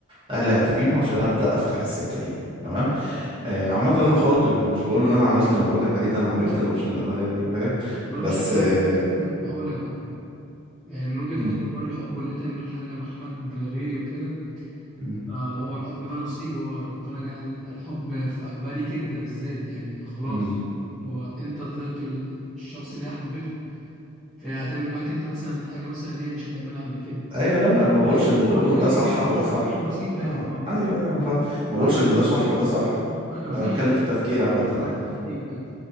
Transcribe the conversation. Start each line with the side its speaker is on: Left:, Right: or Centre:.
Right: اهلي عارفينه عشان ابدأ افتح السكة دي تمام آه عامة انا خاطب ومش بقول ان انا عملت اللي بقول لك عليه ده انا عملت
Centre: حلو
Right: الاوبشن
Centre: حلو
Right: الاولاني فاهم
Centre: ولو
Right: بس
Centre: مش الولاد
Right: آه...
Centre: يكون ما هقول لك بقى يعني من وجهه
Right: <clears throat>
Centre: نظر حوار الحب ولا تعمل حاجه مع حد غيري وكده
Right: م-
Centre: آه ما هو الحب ده نصيب هو ربنا جعل الحب في قلبها ليك انت بالذات يعني خلاص
Right: م-
Centre: هو انت طلعت ال- الشخص اللي هي حبته فهي هتعمل معاك انت مثلا حاجه مثلا هي مش هتعملها قبل كده
Right: ايوه لا لا انا ما بقولش
Centre: اه مش هتكلم
Right: اللي بقوله
Centre: عن حاجات
Right: ده
Centre: كبيره
Right: صح او
Centre: طبعا
Right: ده
Centre: عن
Right: صح
Centre: حاجات بسيطه
Right: اه
Centre: يعني اه
Right: ايوه ايوه انا فاهم ما
Centre: حتى
Right: بقولش
Centre: لو
Right: ان
Centre: الموضوع
Right: ده صح وده صح
Centre: اه آه، ايوه انا فاهم
Right: انا بتكلم
Centre: انا فاهم
Right: في التفكير عامه اه
Centre: طيب تفكير ايوه